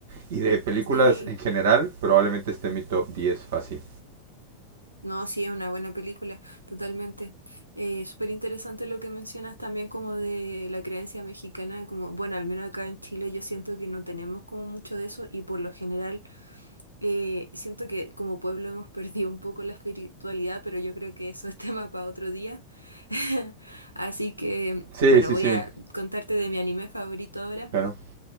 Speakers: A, on the right (about 60°); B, on the right (about 85°).
A: y de películas
B: sí.
A: en general probablemente esté en mi top 10 fácil.
B: No, sí, es una buena película, totalmente. Eh, súper interesante lo que mencionas también como de la creencia mexicana, como, bueno, al menos acá en Chile yo siento que no tenemos como mucho de eso y por lo general Eh, siento que como pueblo hemos perdido un poco la espiritualidad, pero yo creo que eso es <laughs> tema para otro día. <laughs> Así que,
A: Sí,
B: bueno,
A: sí,
B: voy
A: sí,
B: a contarte de mi anime favorito ahora,
A: claro.